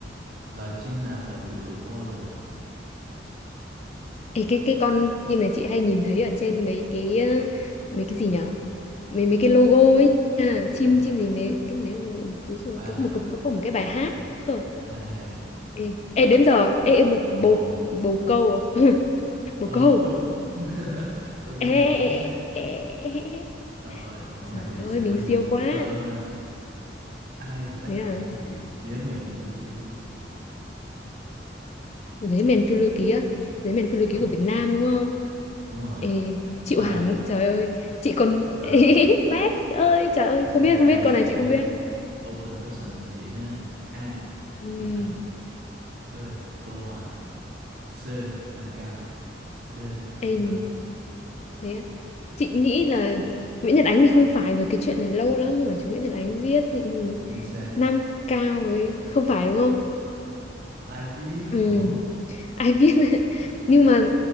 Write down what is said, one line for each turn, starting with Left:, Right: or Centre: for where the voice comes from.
Right: loài chim nào là biểu tượng của hòa bình?
Left: Ê, cái cái con chim này chị hay nhìn thấy ở trên mấy cái ờ, mấy cái gì nhở mấy mấy cái logo ấy nha. chim
Right: Đúng.
Left: chim gì đấy cái nếu
Right: ba
Left: có một cái- có một cái bài hát cơ
Right: hai
Left: ê, ê đến giờ ê, ê bồ
Right: một
Left: bồ bồ câu à? <laughs> bồ
Right: ô
Left: câu
Right: đúng <laughs> câu trả
Left: ê, ê,
Right: lời chính xác
Left: ê, ê, ê, ê.
Right: rồi câu này
Left: trời
Right: thì
Left: ơi
Right: sẽ
Left: mình
Right: quay
Left: siêu
Right: về
Left: quá
Right: tuổi thơ ha ai là tác
Left: thế
Right: giả
Left: à
Right: của truyện Dế mèn phiêu lưu ký
Left: giấy mèn phiêu lưu ký á giấy mèn phiêu lưu
Right: đúng
Left: ký của Việt Nam đúng không
Right: đúng rồi
Left: ê chịu
Right: ba
Left: hẳn trời ơi chị còn
Right: rồi
Left: <laughs> bác ơi trời ơi không
Right: thế
Left: biết
Right: thì em
Left: không biết con
Right: sẽ
Left: này chị không biết
Right: open question cho chị ha a
Left: Ừm.
Right: Nguyễn Nhật Ánh b Tô Hoài c Nam Cao d
Left: Ê,
Right: Kim Lân
Left: Thế á? chị nghĩ là Nguyễn Nhật Ánh thì không phải rồi cái chuyện này lâu lắm rồi chú Nguyễn Nhật Ánh viết thì hồi
Right: chính xác
Left: Nam Cao ấy không phải đúng không?
Right: ai biết
Left: Ừ,
Right: ủa
Left: ai viết <laughs> nhưng mà